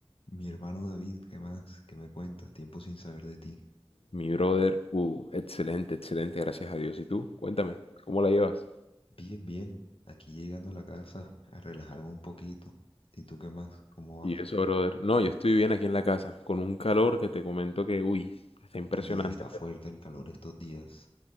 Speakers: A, on the left (about 70°); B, on the left (about 80°).
A: Mi hermano David, ¿qué más? ¿Qué me cuentas? Tiempo sin saber de ti.
B: Mi brother, uh, excelente, excelente, gracias a Dios. ¿Y tú? Cuéntame, ¿cómo la llevas?
A: Bien, bien. Aquí llegando a la casa a relajarme un poquito. ¿Y tú qué más? ¿Cómo
B: Y
A: vas?
B: eso, brother. No, yo estoy bien aquí en la casa, con un calor que te comento que, uy, está impresionante,
A: Y está fuerte
B: pero
A: el calor estos días.